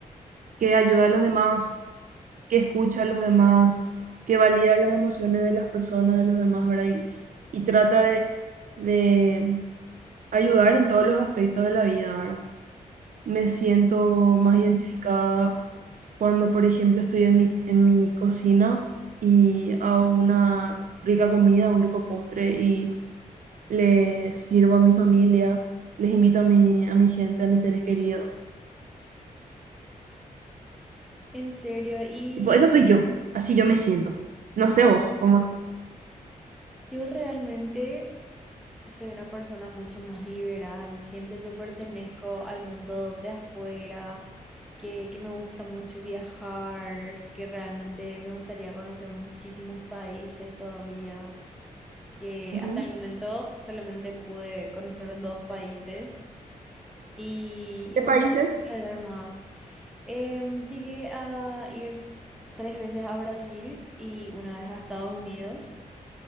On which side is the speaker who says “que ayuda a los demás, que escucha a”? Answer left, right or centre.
Right